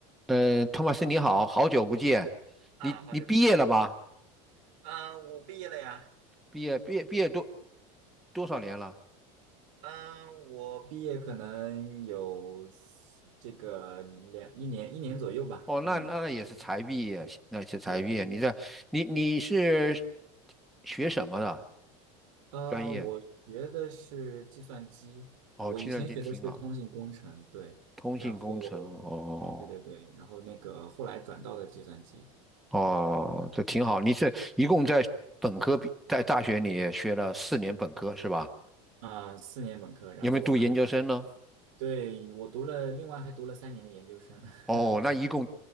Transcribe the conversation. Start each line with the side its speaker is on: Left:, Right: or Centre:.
Centre: 呃，托马斯你好，好久不见，
Right: 啊，
Centre: 你你毕业了吗？
Right: 好久不见。嗯，我毕业了呀。
Centre: 毕业毕业毕业多多少年了？
Right: 嗯，我毕业可能有这个两一年一年左右吧。
Centre: 哦，
Right: 嗯，
Centre: 那那也是才毕业，那是才毕业。
Right: 对对对。
Centre: 你在你你是学什么的
Right: 呃，
Centre: 专业？
Right: 我学的是计算机，
Centre: 哦，
Right: 我以前学的是通信工程，
Centre: 计算机挺好，
Right: 对。
Centre: 通信工程。
Right: 然后，
Centre: 哦
Right: 对对对，然后那个后来转到了计算机，
Centre: 哦，这挺好。你是一共在本科毕在大学里学了四年本科是吧？
Right: 啊、四年本科，然后我还
Centre: 有没有读研究生呢？
Right: 对我读了，另外还读了三年的研究生。<laughs>
Centre: 哦，那一共